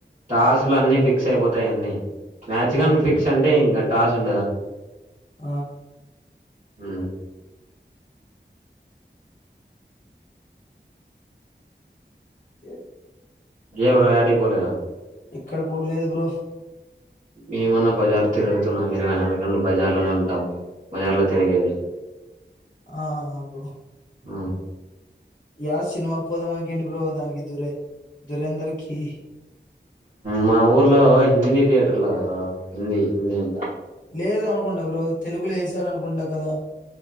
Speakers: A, on the right; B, on the left.
A: టాసులు అన్ని ఫిక్స్ అయిపోతాయి అన్నీ మ్యాచ్ కనీ
B: ఆ బ్రో
A: ఫిక్స్ అంటే ఇంకా టాస్ ఉండదా
B: అ
A: హ
B: ఏ
A: ఏయవ్ర యాటి బోలేగా
B: ఎక్కడ పోలేదు గు్రో
A: మేమన్నా బజారు తిరుగుతున్నాం ఇరవై నాలు గంటలు బజార్ లోనే ఉంటాం బజార్లో తిరిగేది
B: ఆ అబ
A: ఆ
B: యా సినిమాకి పోదామని ఏంటి బో దానికి దూరే దురేందర్ కి
A: మా ఊర్లో హిందీ థియేటర్లుారు హిందీ హిందీ అంతా
B: లేదు అనుకుంటా బ్రో తెలుగులో వసారు అనుకుంటా కదా